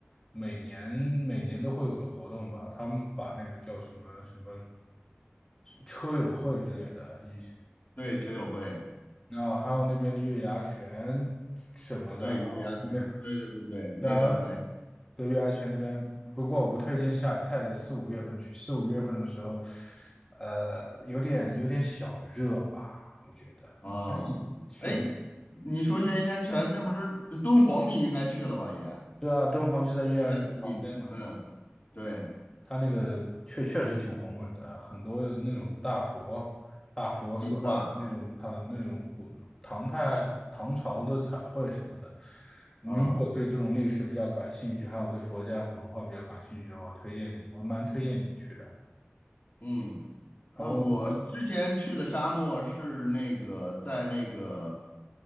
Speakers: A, on the left; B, on the left.
A: 每年每年都会有的活动吧，他们把那个叫什么什么车友会之类的，一
B: 对，车友会，
A: 然后还有那边的月牙泉什么的，
B: 对月牙泉，
A: 然后。那边
B: 对对对对，
A: 对啊
B: 那个还
A: 对月牙泉那边，不过我不推荐下太四五月份去，四五月份的时候，呃，有点有点小热吧，我觉得。
B: 啊，哦哎，
A: 选，
B: 你说月牙泉那不是敦煌，你应该去了吧也？
A: 对啊，敦煌就在月牙泉旁边嘛，
B: 就在附近，嗯，对，
A: 它那个确确实挺宏伟的，很多那种大佛、大佛寺，
B: 壁画，
A: 还有那种唐那种古唐代唐朝的彩绘什么的。你如果对这种历史比较感兴趣，
B: 啊，
A: 还有对佛家文化比较感兴趣的话，我推荐你，我蛮推荐你去的。
B: 嗯，呃，
A: 然后。
B: 我之前去的沙漠是那个在那个